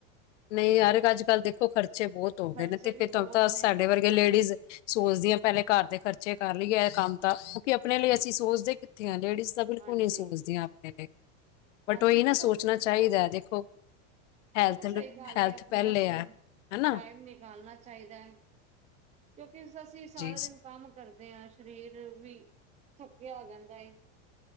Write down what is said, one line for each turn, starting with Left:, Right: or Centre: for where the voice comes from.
Left: ਨਈ ਯਾਰ, ਅੱਜ ਕੱਲ ਦੇਖੋ ਖਰਚੇ ਬੋਤ ਹੋ ਗਏ
Right: ਖਰਚੇ
Left: ਨੇ, ਤੇ
Right: ਵੀ
Left: ਫੇਰ ਤਾਨੂੰ
Right: ਬਹੁਤ
Left: ਪਤਾ, ਸਾਡੇ
Right: ਨੇ
Left: ਵਰਗੇ ਲੇਡੀਸ ਸੋਚਦੀਆਂ ਪੈਲੇ ਘਰ ਦੇ ਖਰਚੇ ਕਰ ਲਈਏ, ਐ ਕੰਮ ਤਾਂ, ਕਿਉਂਕਿ ਅਪਨੇ ਲਈ ਅਸੀ ਸੋਚਦੇ ਕਿੱਥੇ ਆ, ਲੇਡੀਸ ਬਿਲਕੁਲ
Right: ਹਾਂਜੀ
Left: ਨਈ ਸੋਚਦੀਆਂ ਅਪਨੇ ਲਈ, ਬਟ
Right: ਹਾਂਜੀ
Left: ੳਹੀ ਨਾ
Right: ਫਿਰ
Left: ਸੋਚਨਾ
Right: ਉਹ
Left: ਚਾਈਦਾ।
Right: ਹਾਂ
Left: ਦੇਖੋ ਹੈਲਥ
Right: ਦੇਖੋ, ਸਹੀ ਗੱਲ
Left: ਹੈਲਥ
Right: ਏ। ਅਪਨੇ
Left: ਪਹਿਲੇ
Right: ਆਸਤੇ
Left: ਐ, ਹਨਾ?
Right: ਟਾਈਮ ਨਿਕਾਲਨਾ ਚਾਈਦਾ ਏ। ਕਿੳਕਿ ਅਸੀ ਸਾਰਾ
Left: ਜੀ।
Right: ਦਿਨ ਕੰਮ ਕਰਦੇ ਆਂ। ਸਰੀਰ ਵੀ ਥੱਕੇਆ ਹੋ ਜਾਂਦਾ ਏ।